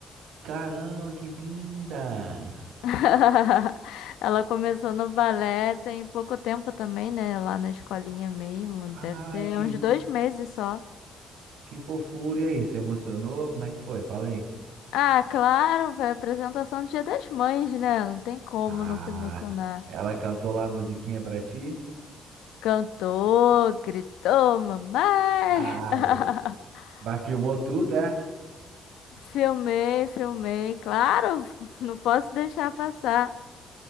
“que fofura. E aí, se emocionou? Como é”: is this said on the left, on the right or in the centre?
Right